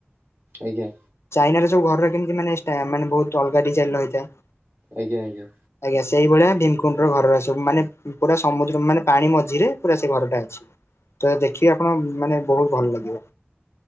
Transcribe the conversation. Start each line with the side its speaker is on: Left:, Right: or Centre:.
Right: ଆଜ୍ଞା
Left: ଚାଇନାର ସବୁ ଘରର କେମିତି ମାନେ ମାନେ ଷ୍ଟା ବହୁତ ଅଲଗା ଡିଜାଇନ ରହିଥାଏ।
Right: ଆଜ୍ଞା ଆଜ୍ଞା
Left: ଆଜ୍ଞା ସେଇଭଳିଆ ଭୀମକୁଣ୍ଡ ର ଘର ସବୁ ମାନେ ପୁରା ସମୁଦ୍ର ମାନେ ପାଣି ମଝିରେ ପୁରା ସେ ଘରଟା ଅଛି। ତ ଦେଖିଵେ ଆପଣ ମାନେ ବହୁତ ଭଲ ଲାଗିବ।